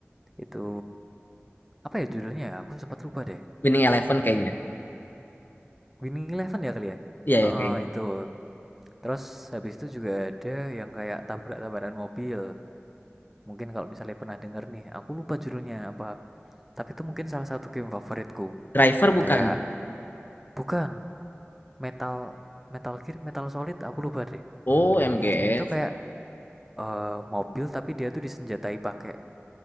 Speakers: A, in the centre; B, on the left.
A: itu apa ya judulnya? ya? Aku sempat lupa deh.
B: Winning Eleven kayaknya
A: Winning Eleven ya kali ya?
B: iya
A: Heeh,
B: ya kayaknya
A: itu Terus habis itu juga ada yang kayak tabrak-tabrakan mobil. Mungkin kalau misalnya pernah denger nih, aku lupa judulnya apa. Tapi itu mungkin salah satu game favoritku.
B: driver bukan
A: Kayak bukan Metal Metal Gear, Metal Solid, aku lupa deh.
B: oh MGS
A: Intinya tuh kayak eh, mobil tapi dia tuh disenjatai pakai